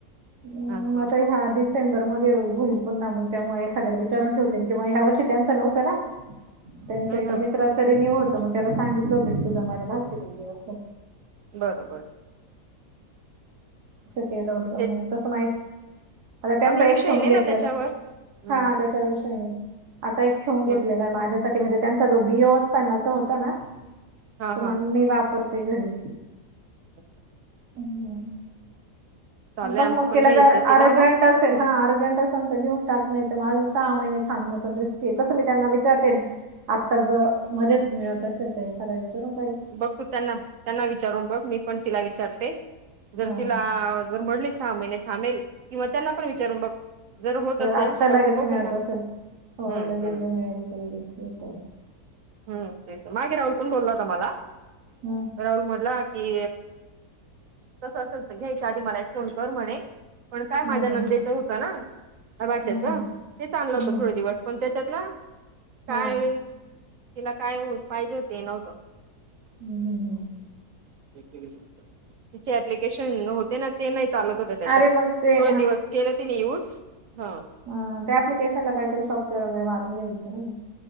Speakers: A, on the right; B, on the right.
A: अम्
B: असं
A: आता ह्या डिसेंबर मध्ये होईल पण ना मग त्यामुळे एखाद्याला विचारून ठेवते किंवा ह्या वर्षी त्यांच नव्हतं ना त्यांच
B: हम्म
A: एका
B: हम्म
A: मित्र तरी नेव होत मग त्याला सांगितलं होतं की तुझा माझ्या भाचीला दे असं
B: बर बर
A: तंस केलं होतं
B: तेच
A: मग तसं माहित आता त्यांचा
B: आपला
A: एक
B: विषय
A: ठेवून
B: नाही
A: घेतलेला
B: ना त्याच्यावर हम्म
A: हा त्याच्याविषयीने आता एक ठेऊन
B: म्हणून
A: घेतलेला आहे माझ्यासाठी म्हणजे त्यांचा जो बिओ असतानाचा होता ना
B: हा
A: तर मग
B: हा
A: मी वापरते घरी.
B: <inaudible>
A: हम्म
B: चाललंय
A: बघ
B: आमचं
A: मग
B: पण
A: तिला
B: घ्यायचं
A: जर
B: तिला
A: अर्जंट
B: मग
A: असेल
B: हम्म
A: हा अर्जंट असेल ंत घेऊन टाक नाही आजून सहा महिने थांबणं पण रिस्की आहे तस मी त्यांना विचारते आत्ता जर मध्येच मिळत असेल तर एखादा विचारून पहिल
B: बघ तू त्यांना त्यांना विचारून बघ मी पण तिला विचारते जर
A: हा
B: तिला जर म्हटले सहा महिने थांबेल किंवा त्यांना पण विचारून बघ. जर होत असेल
A: आत्ता
B: तर
A: लगेच
B: मग बघू
A: मिळत
B: मग
A: असेल हो
B: हम्म हम्म.
A: <unintelligible>
B: हम्म तेच मागे राहुल पण बोलला होता मला.
A: हम्म.
B: राहुल म्हटला की तसं असेल तर घ्यायच्या आधी मला एक फोन कर म्हणे. पण काय
A: हम्म,
B: माझ्या नंदेचं होतं ना वाच्याच
A: हम्म,
B: तेच
A: हम्म,
B: आणलं
A: हम्म,
B: होतं थोडे दिवस. पण त्याच्यात ना काय
A: हा,
B: तिला काय पाहिजे ते नव्हतं.
A: हम्म हम्म हम्म.
B: तिचे प्लिकेशन होते ना. ते नाही चालत होत त्याच्यात
A: अरे
B: थोड
A: मग ते
B: दिवस केले तीन यूज ह.
A: अ त्या अँप्लिकेशनला काहीतरी सॉफ्टवेअर वगैरे मारून घ्यायचं ना मग.